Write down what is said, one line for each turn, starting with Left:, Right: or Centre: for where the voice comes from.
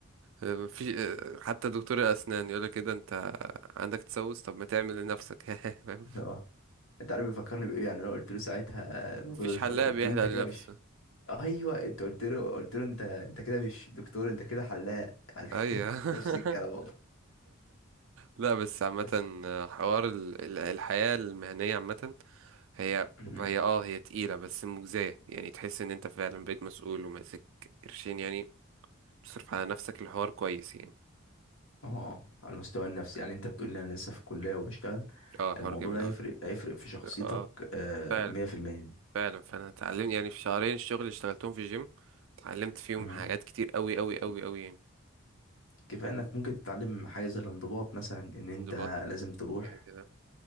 Right: آه، في آه، حتى دكتور الاسنان يقول لك كده انت عندك تسوس طب ما تعمل لنفسك <laughs> فاهم
Left: اه <laughs> انت عارف بيفكرني بايه يعني انا قلت له ساعتها الموضوع
Right: مفيش
Left: ده بيف-
Right: حلاق
Left: قلت
Right: بيحلق
Left: له انت
Right: لنفسه
Left: كده مش ايوه انت قلت له قلت له انت انت كده مش دكتور انت كده حلاق يعني
Right: ايوه
Left: <laughs>
Right: <laughs>
Left: نفس الكلام والله
Right: لا بس عامة
Left: بس
Right: آه، حوار ال- ال- الحياة المهنية عامة هي
Left: مهم.
Right: هي اه هي تقيلة بس مجزية يعني تحس ان انت فعلا بقيت مسؤول وماسك قرشين يعني تصرف على نفسك الحوار كويس يعني
Left: اه على المستوى النفسي يعني انت بتقول لي انا لسه في الكليه وبشتغل
Right: اه حوار
Left: الموضوع
Right: جامد
Left: ده هيفرق
Right: اوي
Left: هيفرق في شخصيتك
Right: اه
Left: آه
Right: فعلا
Left: 100%
Right: فعلا فانا اتعلمت يعني في شهرين الشغل اللي اشتغلتهم في جيم اتعلمت فيهم
Left: مهم.
Right: حاجات كتير اوي اوي اوي اوي يعني
Left: كفايه انك ممكن تتعلم حاجه زي الانضباط مثلا ان انت
Right: انضباط
Left: لازم تروح
Right: كده كده